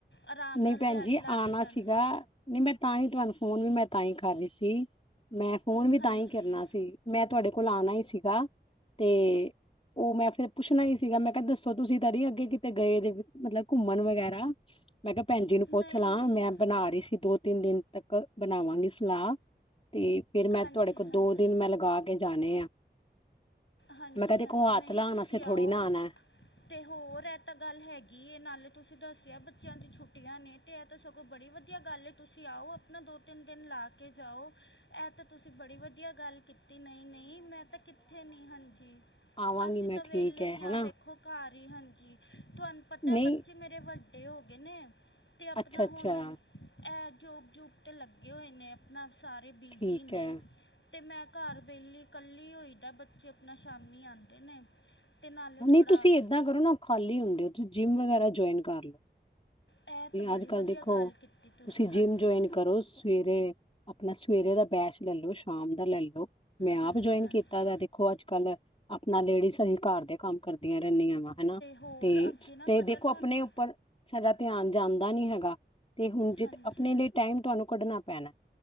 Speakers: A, on the left; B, on the left.
A: ਆਰਾਮ
B: ਨਹੀਂ
A: ਨਾਲ
B: ਭੈਣ
A: ਦਿਹਾੜੀ
B: ਜੀ
A: ਲਾ
B: ਆਣਾ
A: ਕੇ ਜਾਂਦੇ।
B: ਸੀਗਾ ਨਹੀਂ ਮੈਂ ਤਾਂ ਹੀ ਤੁਹਾਨੂੰ ਫੋਨ ਵੀ ਮੈਂ ਤਾਂ ਹੀ ਕਰ ਰਹੀ ਸੀ ਮੈਂ ਫੋਨ ਵੀ
A: ਹਾਂਜੀ
B: ਤਾਂ ਹੀ ਕਰਨਾ ਸੀ। ਮੈਂ ਤੁਹਾਡੇ ਕੋਲ ਆਉਣਾ ਹੀ ਸੀਗਾ ਤੇ ਉਹ ਮੈਂ ਫੇਰ ਪੁੱਛਣਾ ਹੀ ਸੀਗਾ। ਮੈਂ ਕਿਹਾ ਦੱਸੋ ਤੁਸੀਂ ਤੇ ਨੀ ਅੱਗੇ ਕਿਤੇ ਗਏ ਮਤਲਬ ਘੁੰਮਣ ਵਗੈਰਾ। ਮੈਂ ਕਿਹਾ ਭੈਣ ਜੀ ਨੂੰ ਪੁੱਛ
A: ਨਹੀਂ
B: ਲਾਂ
A: ਨਹੀਂ
B: ਮੈਂ ਬਣਾ ਰਹੀ ਸੀ ਦੋ ਤਿੰਨ ਦਿਨ ਤੱਕ ਬਣਾਵਾਂਗੇ ਸਲਾਹ ਤੇ ਫੇਰ ਮੈਂ
A: ਹਾਂਜੀ
B: ਤੁਹਾਡੇ ਕੋਲ
A: ਹਾਂਜੀ
B: ਦੋ ਦਿਨ ਮੈਂ ਲਗਾ ਕੇ ਜਾਣੇ ਆ।
A: ਹਾਂਜੀ
B: ਮੈਂ ਕਿਹਾਦੇ
A: ਹਾਂਜੀ
B: ਕੋ ਹੱਤ
A: ਨਹੀਂ
B: ਲਾਣ
A: ਤੁਸੀਂ
B: ਆਸਤੇ
A: ਆਓ
B: ਥੋੜ੍ਹੀ ਨਾ ਆਨਾ ਐ।
A: ਤੇ ਹੋਰ ਇਹ ਤਾਂ ਗੱਲ ਹੈਗੀ ਇਹ ਨਾਲੇ ਤੁਸੀਂ ਦੱਸਿਆ ਬੱਚਿਆਂ ਦੀ ਛੁੱਟੀਆਂ ਨੇ। ਇਹਤਾਂ ਸਗੋਂ ਬੜੀ ਵਧੀਆ ਗੱਲ ਤੁਸੀਂ ਆਓ ਆਪਣਾ ਦੋ ਤਿੰਨ ਦਿਨ ਲਾ ਕੇ ਜਾਓ ਇਹ ਤਾਂ। ਤੁਸੀਂ ਬੜੀ ਵਧੀਆ ਗੱਲ ਕੀਤੀ ਨਹੀਂ ਨਹੀਂ ਮੈਂ ਤਾਂ ਕਿੱਥੇ ਨਹੀਂ ਹਾਂਜੀ।
B: ਆਵਾਂਗੀ
A: ਅਸੀਂ
B: ਮੈਂ
A: ਤਾਂ
B: ਠੀਕ
A: ਵਿਹਲੇ
B: ਹੈ
A: ਹੀ ਹਾਂ
B: ਹਨਾ
A: ਵੇਖੋ ਘਰ ਹੀ ਹਾਂਜੀ ਤੁਹਾਨੂੰ ਪਤਾ
B: ਨਹੀਂ
A: ਹੈ ਬੱਚੇ ਮੇਰੇ। ਵੱਡੇ ਹੋ ਗਏ ਨੇ ਤੇ ਆਪਣਾ
B: ਅੱਛਾ ਅੱਛਾ
A: ਹੁਣ। ਹੈ ਜੋਬ ਜੁਬ ਤੇ ਲੱਗੇ ਹੋਏ ਨੇ ਆਪਣਾ ਸਾਰੇ ਬਿਜ਼ੀ
B: ਠੀਕ
A: ਨੇ।
B: ਹੈ
A: ਅਤੇ ਮੈਂ ਘਰ ਵਿਹਲੀ ਇਕੱਲੀ ਹੋਇਦਾ ਬੱਚੇ ਆਪਣਾ ਸ਼ਾਮੀ ਆਉਂਦੇ ਨੇ। ਤੇ ਨਾਲੇ
B: ਨਹੀਂ
A: ਥੋੜਾ
B: ਤੁਸੀਂ ਇੱਦਾਂ ਕਰੋ ਨਾ ਉਹ ਖਾਲੀ ਹੁੰਦੇ ਹੋ ਤੁਸੀਂ ਜਿੰਮ ਵਗੈਰਾ ਜੁਆਇਨ ਕਰ ਲਓ।
A: ਇਹ ਤਾਂ ਬੜੀ
B: ਅੱਜ ਕੱਲ
A: ਵਧੀਆ
B: ਦੇਖੋ
A: ਗੱਲ ਕੀਤੀ
B: ਤੁਸੀਂ
A: ਹਾਂਜੀ
B: ਜਿੰਮ ਜੁਆਇਨ ਕਰੋ। ਸਵੇਰੇ ਆਪਣਾ ਸਵੇਰੇ ਦਾ ਬੈਚ ਲੈ ਲੋ ਸ਼ਾਮ ਦਾ ਲੈ ਲੋ ਮੈਂ
A: ਹਾਂਜੀ
B: ਆਪ ਜੁਆਇਨ
A: ਹਾਂਜੀ
B: ਕੀਤਾ ਦਾ ਤੇ। ਦੇਖੋ ਅੱਜ ਕੱਲ੍ਹ ਆਪਣਾ ਲੇਡੀਜ਼ ਅਸੀਂ ਘਰ ਦੇ ਕੰਮ ਕਰਦੀਆਂ ਰਹਿੰਦੀਆਂ ਵਾ। ਹਨਾ
A: ਹੋਰ
B: ਤੇ
A: ਅੱਗੇ ਨਾ
B: ਤੇ
A: ਪਤਾ
B: ਦੇਖੋ
A: ਤੁਹਾਨੂੰ
B: ਆਪਣੇ ਉੱਪਰ ਸਾਡਾ ਧਿਆਨ ਜਾਂਦਾ ਨੀ ਹੈਗਾ ਤੇ ਹੁਣ ਜ
A: ਹਾਂਜੀ
B: ਆਪਣੇ ਲਈ ਟਾਈਮ ਤੁਹਾਨੂੰ ਕੱਢਣਾ ਪੈਣਾ।